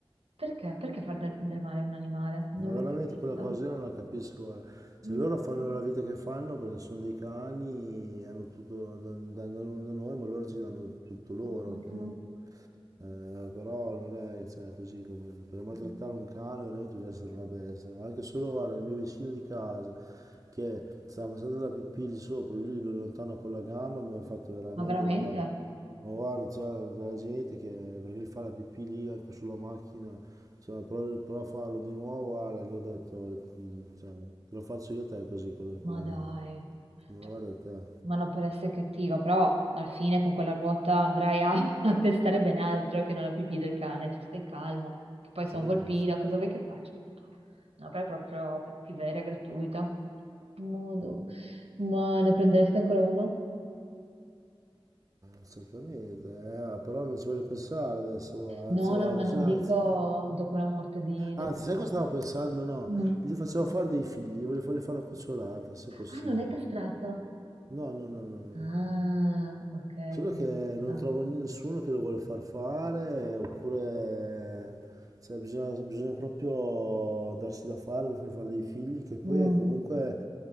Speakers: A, on the right; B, on the right.
A: Perché? Perché far del, del male a un animale? Non
B: Ma
A: l'ho
B: veramente
A: mai capito.
B: quella cosa io non la capisco, guarda. Cioè
A: Mm,
B: loro fanno la vita che fanno perché sono dei cani, hanno tutto da, da- da noi, ma loro ci danno tutto loro
A: mm, mm,
B: comunque. Eh, però non è cioè, così come per maltrattare
A: mm.
B: un cane veramente bisogna essere una bestia. Ma Anche solo guarda, il mio vicino di casa che stava facendo la pipì lì sopra, lui lo allontana con la gamba, mi ha fatto veramente
A: Ma veramente?
B: guarda, ma guarda, c'è della gente che perché gli fa la pipì lì anche sulla macchina, cioè, prova, prova a farlo di nuovo, guarda, gli ho detto, mm, cioè, te lo faccio io a te così con, la con
A: Ma
B: la
A: dai,
B: gamba. Ma
A: Cioè,
B: guarda te,
A: ma non per essere cattiva, però alla fine con quella ruota andrai a, <laughs> a pestare ben altro che non la pipì del cane, cioè stai calmo, che poi
B: sì,
A: sei un
B: eh,
A: volpino, cosa vuoi che faccia? No, però è proprio cattiveria gratuita. Modo. Ma ne prendereste ancora uno?
B: certamente, eh, ah, però non ci voglio pensare adesso, guarda,
A: No,
B: anzi, guarda,
A: no, ma non
B: se- anzi,
A: dico dopo la morte di- del
B: anzi, sai
A: tuo...
B: cosa stavo pensando? No,
A: Mm.
B: gli facevo fare dei figli, gli voglio fargli fare una cucciolata, se possibile.
A: Ah, non è castrato.
B: No, no, no, no, no,
A: Ah,
B: no.
A: ok,
B: Solo
A: ok.
B: che non
A: Ah,
B: trovo nessuno che lo vuole far fare, oppure cioè, bisogna, bisogna proprio darsi da fare per far fare dei figli, che poi
A: mm,
B: è comunque,